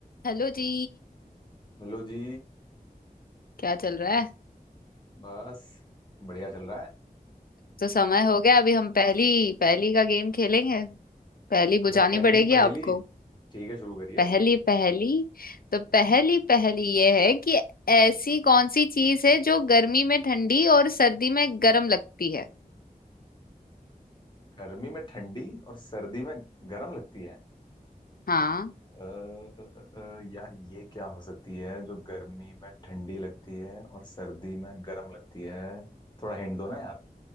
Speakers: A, on the left (about 70°); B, on the left (about 30°).
A: Hello जी
B: हेलो जी
A: क्या चल रहा है
B: बस बढ़िया चल रहा है
A: तो समय हो गया अभी हम पहली पहली का गेम खेलेंगे पहली बुझानी
B: अच्छा पहली
A: पड़ेगी
B: पहेली
A: आपको
B: ठीक है शुरू करिए
A: पहली पहली तो पहली पहली ये है कि ऐसी कौन सी चीज है जो गर्मी में ठंडी और सर्दी में गर्म लगती है
B: गर्मी में ठंडी और सर्दी में गर्म लगती है
A: हाँ
B: अ, अ, अ, अ, यार ये क्या हो सकती है जो गर्मी में ठंडी लगती है और सर्दी में गर्म लगती है थोड़ा हिंट दो ना यार